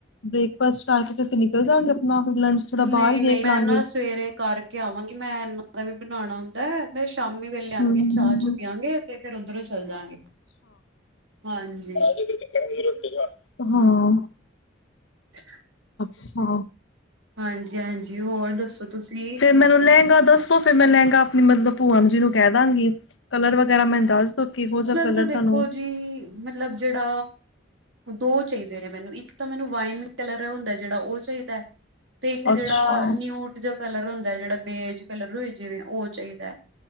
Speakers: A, on the left; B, on the right.
A: ਬ੍ਰੇਕਫਾਸਟ ਕਰਕੇ ਫਿਰ ਅਸੀਂ ਨਿਕਲ ਜਾਂਗੇ ਆਪਣਾ ਫਿਰ ਲੰਚ ਥੋੜਾ
B: ਨਈਂ
A: ਬਾਹਰ ਹੀ ਦੇਖ
B: ਨਈਂ ਮੈਂ
A: ਲਾਂਗੇ
B: ਨਾ ਸਵੇਰੇ ਕਰ- ਕੇ ਆਵਾਂਗੀ ਮੈਂ ਇਹਨਾਂ ਦਾ ਵੀ ਬਣਾਣਾ ਹੁੰਦਾ ਮੈਂ ਸ਼ਾਮੀ ਵੇਲੇ- ਪਿਆਂਗੇ
A: ਹਮ
B: ਚਾ ਚੂ ਪੀਆਂਗੇ ਤੇ ਫੇਰ ਓਧਰੋਂ ਈ ਚੱਲ ਜਾਂਗੇ ਹਾਂਜੀ!
A: ਕੋਈ ਕੈਂਦਾ ਵੀ ਰਸਤੇ ਚੋ ਆ ਹਾਂ!
B: <inaudible>
A: ਸਾ
B: ਹਾਂਜੀ, ਹਾਂਜੀ ਹੋਰ ਦੱਸੋ ਤੁਸੀਂ?
A: ਮੈਨੂੰ ਲੈਂਗਾ ਦੱਸੋ ਫੇਰ ਮੈਂ ਲੈਂਗਾ ਆਪਣੀ ਮਤਲਬ ਭੂਆਨ ਜੀ ਨੂੰ ਕੈ ਦਾਂਗੀ? ਕਲਰ ਵਗੈਰਾ ਮੈਨ ਦੱਸ ਦੋ ਕਿਹੋ ਜਿਆ ਕਲਰ
B: ਤਾਂ ਦੇਖੋ
A: ਤਾਨੂੰ?
B: ਜੀ ਮਤਲਬ ਜੇੜਾ ਦੋ ਚਾਈਦੇ ਨੇ ਮੈਨੂੰ ਇੱਕ ਤਾ ਮੈਨੂੰ ਵਾਈਨ ਕਲਰ ਹੁੰਦਾ ਏ ਜੇੜਾ ਓ ਚਾਈਦਾ ਐ। ਤੇ ਇੱਕ
A: ਅੱਛਾ
B: ਜੇੜਾ ਨਿਊਟ ਜਾ ਕਲਰ ਹੁੰਦਾ ਜੇੜਾ ਬੇਜ ਕਲਰ ਹੋਏ ਜਿਵੇਂ ਓ ਚਾਈਦਾ ਐ।